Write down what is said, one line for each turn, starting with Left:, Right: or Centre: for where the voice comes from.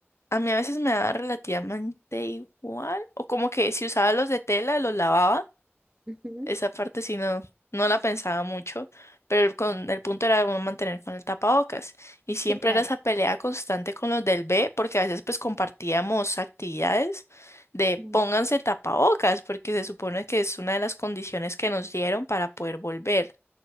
Left: a mí a veces me daba relativamente igual, o como que si usaba los de tela, los lavaba
Right: Ujú,
Left: Esa parte sí no, no la pensaba mucho, pero el, con, el punto era uno mantener con el tapabocas. Y siempre
Right: Sí, claro.
Left: era esa pelea constante con los del B, porque a veces pues compartíamos actividades de
Right: Mm.
Left: pónganse el tapabocas, porque se supone que es una de las condiciones que nos dieron para poder volver.